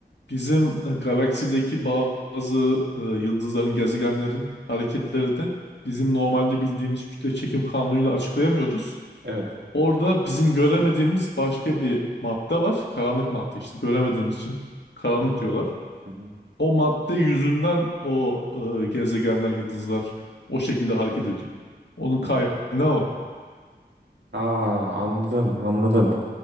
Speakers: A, on the left (about 80°); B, on the right (about 85°).
A: Bizim e, galaksideki bazı e, yıldızların, gezegenlerin hareketleri de bizim normalde bildiğimiz kütle çekim kanunuyla açıklayamıyoruz.
B: Evet.
A: Orada bizim göremediğimiz başka bir madde var. Karanlık madde işte göremediğimiz için karanlık
B: Hı hı,
A: diyorlar.
B: hı hı,
A: O madde yüzünden o e, gezegenler, yıldızlar o şekilde hareket ediyor. Onun kaynağı
B: hı.
A: o.
B: Aa anladım anladım.